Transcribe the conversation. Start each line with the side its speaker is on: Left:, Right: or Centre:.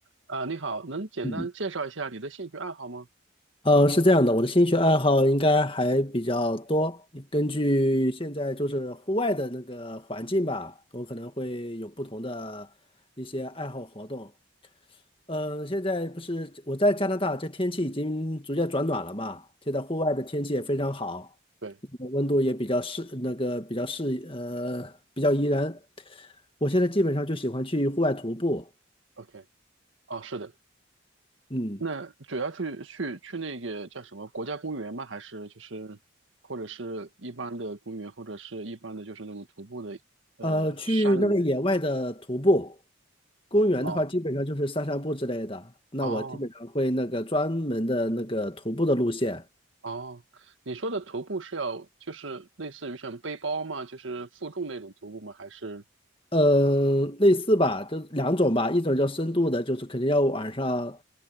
Right: 啊，你好，能简单介绍一下你的兴趣爱好吗？
Left: 嗯，呃，是这样的，我的兴趣爱好应该还比较多。根据现在就是户外的那个环境吧，我可能会有不同的一些爱好活动。嗯、现在不是我在加拿大，这天气已经逐渐转暖了嘛，现在户外的天气也非常好，
Right: 对
Left: 温度也比较适，那个比较适，呃，比较宜人。我现在基本上就喜欢去户外徒步，
Right: ，OK，哦，是的，
Left: 嗯，
Right: 那主要去去去那个叫什么国家公园吗？还是就是或者是一般的公园，或者是一般的就是那种徒步的呃山里面？
Left: 呃，去那个野外的徒步。公园的话，
Right: 哦
Left: 基本上就是散散步之类的。那我基本上会那个专门的那个徒步的路线，
Right: 哦哦，你说的徒步是要就是类似于像背包吗？就是负重那种徒步吗？还是
Left: 嗯，类似吧，就两种吧，一种叫深度的，就是肯定要晚上，